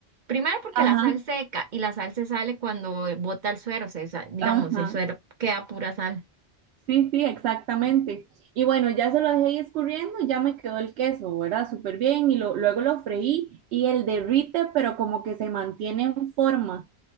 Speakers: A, on the right; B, on the right.
A: Primero porque
B: Ajá,
A: la sal seca y la sal se sale cuando bota el suero, se sa- digamos,
B: ajá.
A: el suero queda pura sal.
B: Sí, sí, exactamente. Y bueno, ya se lo dejé ahí escurriendo, ya me quedó el queso, ¿verdad? Súper bien. Y lo- luego lo freí y el derrite, pero como que se mantiene en forma.